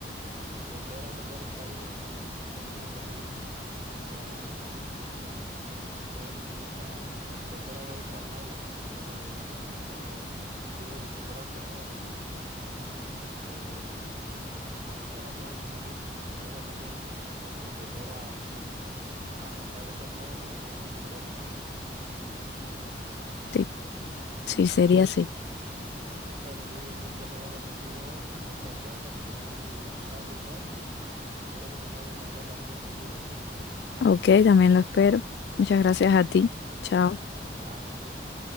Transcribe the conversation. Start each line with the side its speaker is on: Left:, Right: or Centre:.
Right: volver a tocar el país en el que nací. Entonces, como... eh, ven esta, vo- volver a ver esta playa que me, abra- que me tuvo en sus brazos, vaya, en su, eh, que me abrazó en su momento cuando era pequeño. Entonces, como volver a, a entrar a esta playa sería como muy simbólico para mí.
Left: Sí, sí,
Right: <laughs>
Left: sería así.
Right: Bueno, Judy, ha sido un placer hablar contigo hoy. Me gustó esta charla, fue muy amigable y tal, y espero que tengamos más charlas así en el futuro, ¿ok?
Left: Ok, también lo espero. Muchas gracias a ti. Chao.
Right: Chao, cuídate.